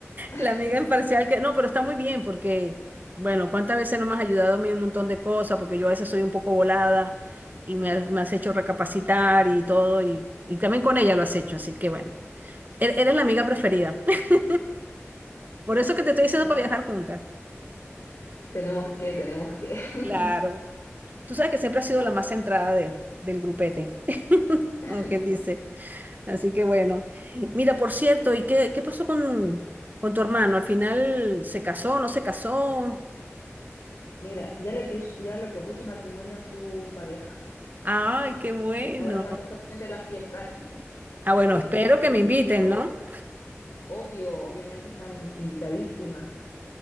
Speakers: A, on the right; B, on the left.
A: La
B: <laughs>
A: amiga imparcial que no, pero está muy bien porque, bueno, cuántas veces no me has ayudado a mí en un montón de cosas, porque yo a veces soy un poco volada y me has, me has hecho recapacitar y todo, y, y también con ella lo has hecho, así que bueno, e- eres la amiga preferida. <laughs> Por eso que te estoy diciendo
B: No,
A: para viajar juntas.
B: tenemos que, tenemos que. <laughs>
A: Claro. Tú sabes que siempre has sido
B: No.
A: la más centrada de, del grupete, <laughs>
B: <laughs>
A: como quien dice. Así que bueno. Mira, por cierto, ¿y qué, qué pasó con, con tu hermano? ¿Al final se casó, no se casó?
B: Mira, ya le, pus- ya le propuso matrimonio a su pareja,
A: Ay, qué bueno.
B: ahora falta solamente las fiestas. <laughs>
A: Ah, bueno,
B: Sí,
A: espero
B: se
A: que
B: lo
A: me inviten,
B: pidió,
A: ¿no?
B: obvio, obviamente está in- invitadísima.